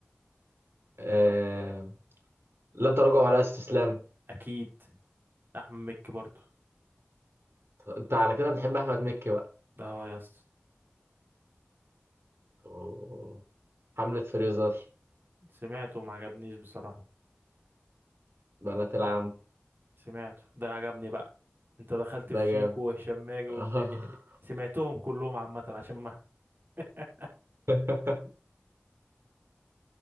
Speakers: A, on the right (about 85°); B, on the right (about 60°).
A: آه، لا تراجع ولا استسلام
B: اكيد احمد مكي برضو
A: انت على كده بتحب احمد مكي بقى
B: ده اه يا اسطى
A: أوه. حملة فريزر
B: سمعته وما عجبنيش بصراحه
A: بنات العم
B: سمعته ده عجبني بقى انت دخلت في
A: ده
B: شيكو
A: جامد
B: وهشام ماجد والدنيا
A: آه.
B: سمعتهم كلهم عامه عشان ما <laughs>
A: <laughs>